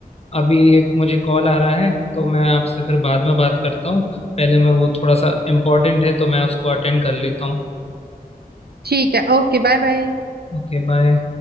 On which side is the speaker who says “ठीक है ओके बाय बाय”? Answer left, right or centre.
Right